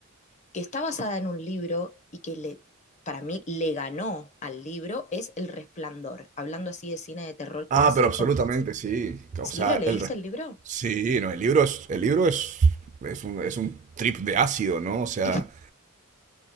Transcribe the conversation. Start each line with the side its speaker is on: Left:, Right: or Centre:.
Left: que está basada en un libro y que le, para mí le ganó al libro es El Resplandor, hablando así de cine de terror
Right: Ah,
Left: clásico.
Right: pero absolutamente, sí.
Left: ¿Sí?
Right: O sea,
Left: ¿Lo leíste
Right: el re-
Left: el libro?
Right: Sí, no, el libro es, el libro es, es un, es un trip de ácido, ¿no? O sea,
Left: <laughs>